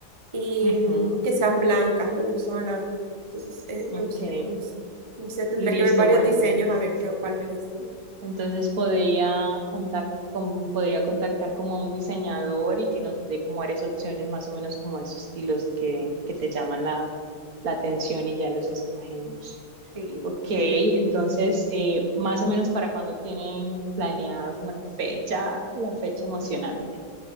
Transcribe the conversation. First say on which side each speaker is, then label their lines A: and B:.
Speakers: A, on the right; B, on the right.
A: Y
B: Ujú,
A: mm, que sean blancas, me gusta blancas. Entonces, eh, me
B: Ok,
A: gustaría como así. No sé, tendría
B: listo,
A: que ver varios
B: bueno,
A: diseños
B: entonces.
A: a ver qué, cuál me gusta.
B: Entonces podría contact, como- podría contactar como a un diseñador y que nos dé como varias opciones, más o menos como esos estilos que, que te llaman la, la atención y ya los escogemos.
A: Sí.
B: Ok, entonces, eh, más o menos para cuando tienen planeado como la fecha, la fecha emocionante.